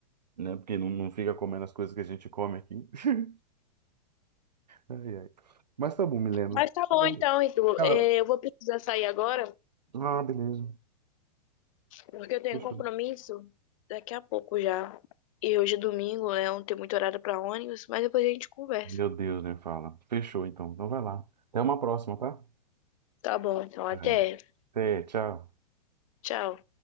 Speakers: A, on the right; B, on the left.
A: né? Porque não, não fica comendo as coisas que a gente come aqui. <laughs> Ai, ai. Mas tá bom, Milena.
B: Mas tá bom
A: Bom,
B: então, Itu.
A: Cara,
B: É, eu vou precisar sair agora,
A: ah, beleza.
B: porque eu tenho
A: Fechou.
B: um compromisso daqui a pouco já. E hoje é domingo, né? Não tem muito horário pra ônibus, mas depois a gente conversa.
A: Meu Deus, nem fala. Fechou, então. Então vai lá. Até uma próxima, tá?
B: Tá bom, então até.
A: É. Até, tchau.
B: Tchau.